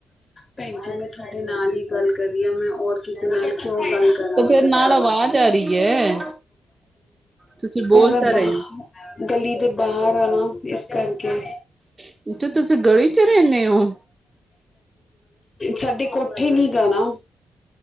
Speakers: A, on the left; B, on the right.
A: ਭੈਣ ਜੀ ਮੈਂ ਤੁਹਾਡੇ ਨਾਲ ਈ ਗੱਲ ਕਰੀ ਹਾਂ ਮੈਂ ਹੋਰ ਕਿਸੇ ਨਾਲ ਕਿਉਂ ਗੱਲ ਕਰਾਂ
B: ਤੇ ਫੇਰ
A: ਦਸਾ
B: ਨਾਲ ਆਵਾਜ਼ ਆ ਰਹੀ ਹੈ ਤੁਸੀਂ ਬੋਲ
A: ਉਹ ਮੈਂ
B: ਤਾਂ
A: ਬਾਹ।
B: ਰਹੇ ਹੋ
A: ਗਲੀ ਦੇ ਬਾਹਰ ਆ ਨਾ, ਇਸ ਕਾਰਕੇ
B: ਅਛ ਚ ਤੁਸੀਂ ਗਲੀ 'ਚ ਰਹਿੰਦੇ ਹੋ।
A: ਸਾਡੀ ਕੋਠੀ ਨੀ ਗਾ ਣਾ